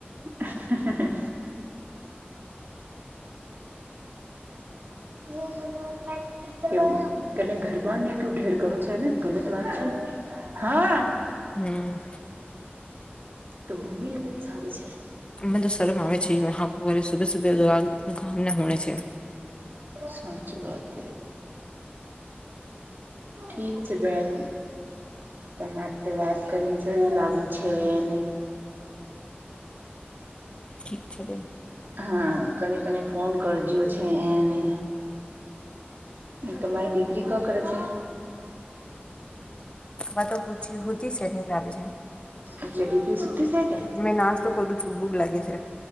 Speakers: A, on the right; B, on the left.
A: ાા બ મજા આવતા કે તને ગરબા ને કું ઢેર કરો છે એને ગલત વાત છેન? હા.
B: હમ્મ.
A: તો મમ્મી ને કઈક આવે છે.
B: અધ શરમ આવે છેરે સુબે સુબે ગામ ના હોણે છે
A: સાચી વાત. ઠીક છે બેન. તમારે તો વાત કરીને સઈ જ લાગુ છે એને.
B: ઠીક છે બેન.
A: હા કને કને ફોન કરજો છેને. તમારી દીકરી કા કરે છે?
B: વાતો હુ હુતી સે નિન આવી છે.
A: અચ્છા દીકરી સુતી છે કે?
B: મેં નાશ્તો કરુછુ ભુંખ લાગી છે.